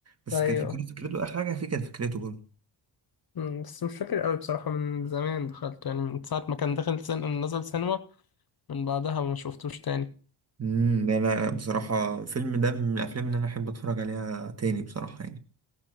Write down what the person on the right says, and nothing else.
بس
كانت فكرته فكرته آخر حاجة فيه كانت فكرته برضه
امم لا لا لا بصراحة الفيلم ده من الأفلام اللي أنا أحب أتفرج عليها تاني بصراحة يعني